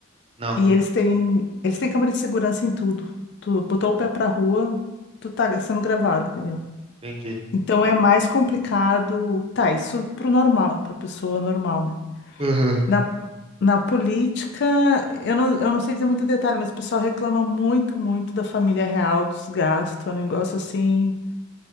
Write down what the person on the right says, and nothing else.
Não,
entendi.
Uhum.